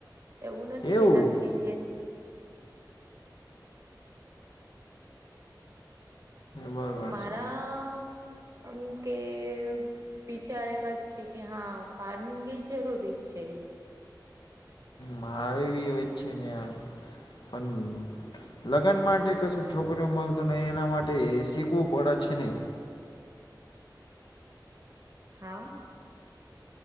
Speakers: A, on the right; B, on the left.
A: એવું નથી
B: એવું
A: કે નથી એ.
B: બરાબર
A: તો મારા
B: છે
A: આમ કે. વિચાર એ વાત છે કે હા ફાર્મિંગ એ જરૂરી છે.
B: મારું બી હોત છે ને યાર પણ લગ્ન માટે કશું છોકરીઓ મળતું નહી એના માટે શીખવું પડે છે ને.
A: હા.